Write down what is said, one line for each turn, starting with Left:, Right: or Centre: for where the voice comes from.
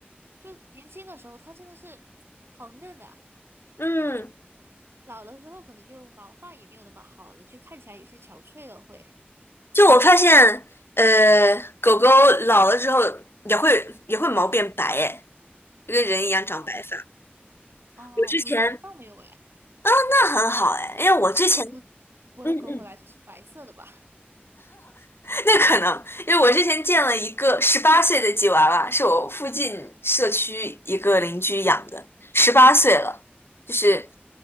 Right: 就年轻的时候，它真的是好嫩啊，
Left: 嗯。
Right: 老了之后可能就毛发也没有那么好了，就看起来有些憔悴了会。
Left: 就我发现，呃，狗狗老了之后也会也会毛变白，哎，就跟人一样长白发。
Right: 哦哦，
Left: 我之前
Right: 我我的倒没有哎，
Left: 那很好，哎，因为我之前，
Right: 因为我的我的狗本来就是白色的吧？
Left: 嗯嗯，那可能因为我之前见了一个十八岁的吉娃娃，是我附近社区一个邻居养的，十八岁了，就是